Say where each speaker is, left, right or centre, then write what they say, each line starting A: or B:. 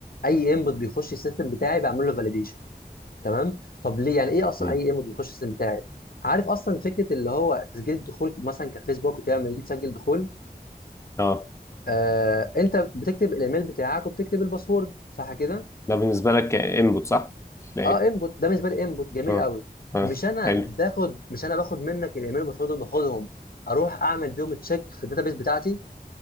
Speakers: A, on the left; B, on the left.
A: اي انبوت بيخش السيستم بتاعي بعمل له فاليديشن تمام طب ليه يعني ايه اصلا
B: مم.
A: اي انبوت بيخش السيستم بتاعي عارف اصلا فكره اللي هو تسجيل الدخول مثلا كفيسبوك وكده لما يجي تسجل دخول
B: اه
A: آه انت بتكتب الايميل بتاعك وبتكتب الباسورد صح كده
B: ده بالنسبة لك انبوت صح؟ تلاقي
A: اه انبوت ده بالنسبه لي انبوت جميل
B: اه
A: قوي
B: اه
A: مش انا
B: حلو
A: باخد مش انا باخد منك الايميل والباسورد باخدهم اروح اعمل بيهم تشيك في الداتابيس بتاعتي